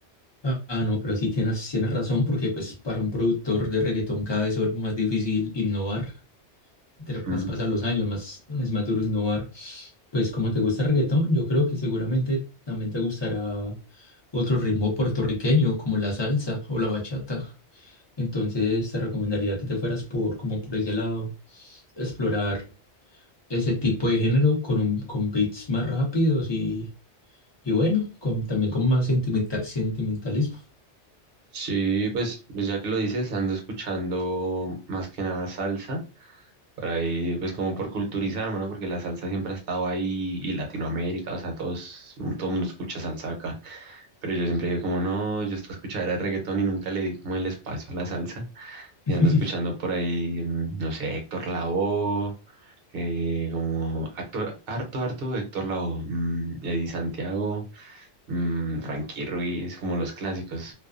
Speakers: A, on the left; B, on the right.
A: Ah, ah, no, pero sí tienes, tienes razón porque pues para un productor de reggaetón cada vez se vuelve más difícil innovar. Entre
B: Mm.
A: más pasan los años, más es más duro innovar. Pues como te gusta el reggaetón, yo creo que seguramente también te gustará otro ritmo puertorriqueño como la salsa o la bachata. Entonces te recomendaría que te fueras por como por ese lado, explorar ese tipo de género con un, con beats más rápidos y, y bueno, con, también con más sentimental, sentimentalismo.
B: Sí, pues, pues ya que lo dices, ando escuchando más que nada salsa. Para ahí, pues como por culturizarme, ¿no? Porque la salsa siempre ha estado ahí y Latinoamérica, o sea, todos, todo el mundo escucha salsa acá. Pero yo siempre dije como, no, yo estaba escuchando el reggaetón y nunca le di como el espacio a la salsa.
A: <laughs>
B: Y ando escuchando por ahí, mm, no sé, Héctor Lavoe, eh, como actor, harto, harto Héctor Lavoe, mm, Eddie Santiago, mm, Frankie Ruiz, como los clásicos.